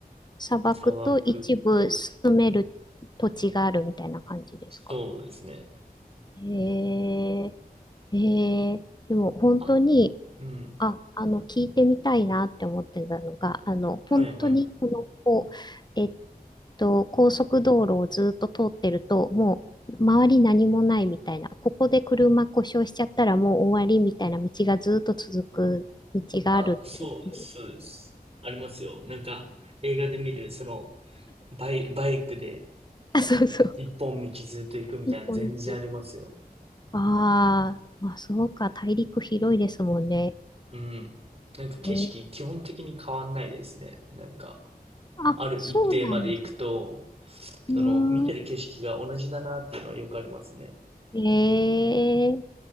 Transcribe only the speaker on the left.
砂漠と一部住める土地があるみたいな感じですか。
ええええでも本当に
あ、あの、聞いてみたいなって思ってたのが、あの、
本当に、この、こう、えっと、高速道路をずっと通ってると、もう、周り何もないみたいな、ここで車故障しちゃったらもう終わりみたいな道がずっと続く道があるっていう。
あ、そうそう。
一本道。
あーまあ、そうか、大陸広いですもんね。
ね
あ、
そうなんです。うーん。
ええ